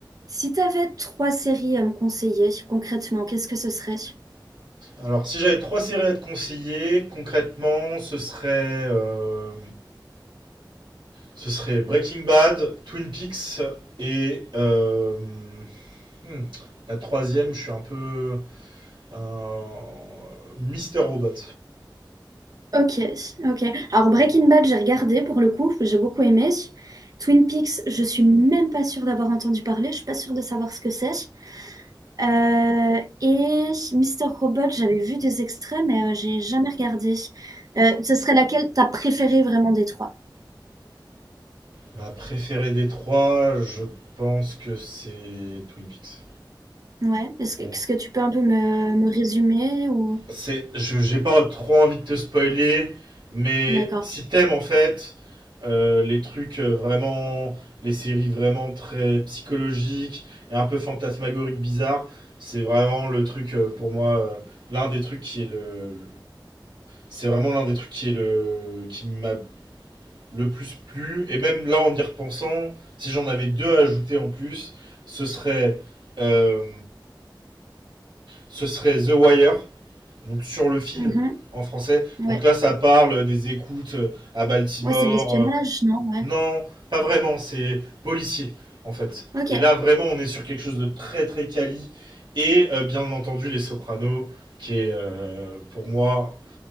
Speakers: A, on the right; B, on the right.
A: Si t'avais trois séries à me conseiller, concrètement, qu'est-ce que ce serait?
B: Alors, si j'avais trois séries à te conseiller, concrètement, ce serait, euh, ce serait Breaking Bad, Twin Peaks et euh, hmm, la troisième, je suis un peu un Mister Robot.
A: Ok, ok. Alors Breaking Bad, j'ai regardé pour le coup, j'ai beaucoup aimé. Twin Peaks, je suis même pas sûre d'avoir entendu parler, je suis pas sûre de savoir ce que c'est. Euh, et Mister Robot, j'avais vu des extraits, mais euh, j'ai jamais regardé. Euh, ce serait laquelle t'as préférée vraiment des trois?
B: Ma préférée des trois, je pense que c'est Twin Peaks.
A: Ouais. Est-ce que,
B: En
A: est-ce que tu peux un peu me, me résumer ou...
B: c'est, je, j'ai pas trop envie de te spoiler, mais
A: D'accord.
B: si t'aimes en fait euh, les trucs euh, vraiment, les séries vraiment très psychologiques et un peu fantasmagoriques, bizarres, c'est vraiment le truc euh, pour moi, euh, l'un des trucs qui est le, c'est vraiment l'un des trucs qui est le, qui m'a le plus plu. Et même là, en y repensant, si j'en avais deux à ajouter en plus, ce serait euh, ce serait The Wire, donc sur le fil
A: Mhm.
B: en français.
A: Ouais.
B: Donc là, ça parle des écoutes euh, à Baltimore.
A: Ouais, c'est de l'espionnage,
B: Euh,
A: non? Ouais.
B: Non, pas vraiment, c'est policier en fait.
A: Ok.
B: Et là, vraiment, on est sur quelque chose de très très quali. Et euh, bien entendu, Les Sopranos, qui est euh, pour moi